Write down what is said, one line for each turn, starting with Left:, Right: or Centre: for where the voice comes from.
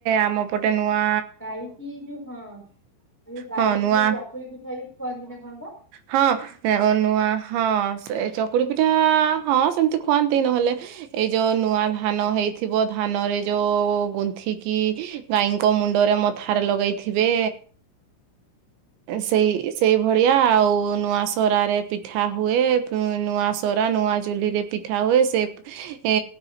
Right: ଆମ- ପଟେ ନୂଆ
Centre: ଗାଈ କି ଯୋଉ ହଁ ଯଉ ଗାଈକି
Right: ହଁ ନୂଆ
Centre: ଯୋଉ ଚକୁଲି ପିଠା ବି ଖୁଆନ୍ତି ନା କଣ ପା
Right: ହଁ ନୂଆ ହଁ ସେ ଚ ଚକୁଳି ପିଠା ହଁ ସେମିତି ଖୁଆନ୍ତି ନହେଲେ ଏଇ ଯୋଉ ନୂଆ ଧାନ ହେଇଥିବ ଧାନରେ ଯଉ ର ଗୁନ୍ଥିକି ଗାଈଙ୍କ ମୁଣ୍ଡରେ ମଥାରେ ଲଗେଇଥିବେ। ସେଇ ସେଇ ଭଳିଆ ଆଉ ନୂଆ ସରା ରେ ପିଠା ହୁଏ ନୂଆ ସରା ନୂଆ ଚୁଲିରେ ପିଠା ହୁଏ ସେ ଏ